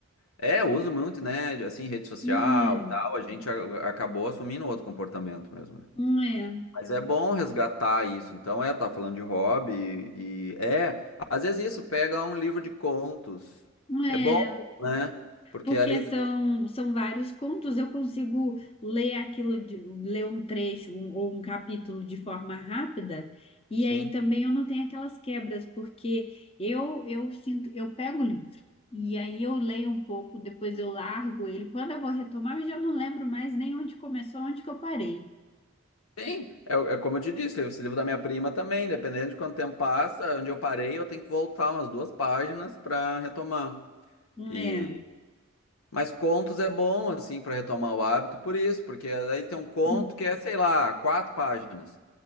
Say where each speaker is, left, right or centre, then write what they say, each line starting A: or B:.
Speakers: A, on the left; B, on the left.
A: é, eu uso muito, né, de, assim, rede social
B: Hum, É,
A: e tal. A gente a- acabou assumindo outro comportamento mesmo, né?
B: hum, é,
A: Mas é bom resgatar isso. Então, é, tá falando de hobby e é, às vezes isso pega um livro de contos.
B: hum, é.
A: É bom, né? Porque
B: Porque
A: ali
B: são,
A: tu,
B: são vários contos, eu consigo ler aquilo, de, ler um trecho um- ou um capítulo de forma rápida, e
A: sim.
B: aí também eu não tenho aquelas quebras, porque eu, eu sinto, eu pego o livro, e aí eu leio um pouco, depois eu largo ele. Quando eu vou retomar, eu já não lembro mais nem onde começou, onde que eu parei.
A: Sim, é, o- é como eu te disse, esse livro da minha prima também, dependendo de quanto tempo passa, onde eu parei, eu tenho que voltar umas duas páginas para retomar.
B: É,
A: E mas contos é bom assim para retomar o hábito por isso, porque aí tem um conto
B: <clears throat>
A: que é, sei lá, quatro páginas.